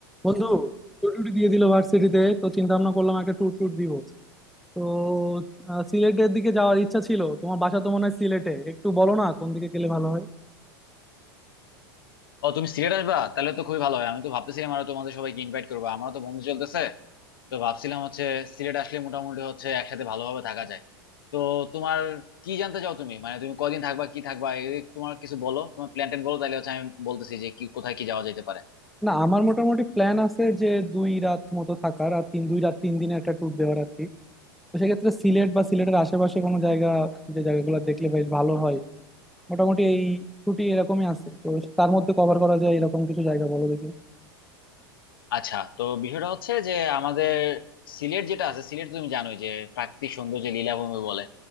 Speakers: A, in the centre; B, on the left.
A: বন্ধু টুর টুটি দিয়ে দিল ভার্সিটিতে তো চিন্তা ভাবনা করলাম একটা ট্যুর ট্যুর দিব তো আহ, সিলেটের দিকে যাওয়ার ইচ্ছা ছিল তোমার বাসা তো মনে হয় সিলেটে একটু বলো না কোন দিকে গেলে ভালো হয়
B: ও তুমি সিলেট আসবা তাহলে তো খুবই ভালো হয় আমি তো ভাবতেছিলাম আরো তোমাদের সবাইকে ইনভাইট করবো আমারও তো বন্ধু চলতেছে তো ভাবছিলাম হচ্ছে সিলেট আসলে মোটামুটি হচ্ছে একসাথে ভালোভাবে থাকা যায় তো তোমার কি জানতে চাও তুমি মানে তুমি কদিন থাকবা কি থাকবা এই তোমার কিছু বলো তোমার প্ল্যান ট্যান বলো তাহলে হচ্ছে আমি বলতেছি যে কি কোথায় কি যাওয়া যেতে পারে
A: না আমার মোটামুটি প্ল্যান আছে যে দুই রাত মতো থাকার আর তিন দুই রাত তিন দিনের একটা ট্যুর দেওয়ার আর কি তো সেক্ষেত্রে সিলেট বা সিলেটের আশেপাশে কোনো জায়গা যে জায়গাগুলো দেখলে বেশ ভালো হয় মোটামুটি এই ছুটি এরকমই আছে তো তার মধ্যে কভার করা যায় এরকম কিছু জায়গা বলো দেখি
B: আচ্ছা তো বিষয়টা হচ্ছে যে আমাদের সিলেট যেটা আছে সিলেট তুমি জানোই যে প্রাকৃতিক সৌন্দর্যে লীলাভূমি বলে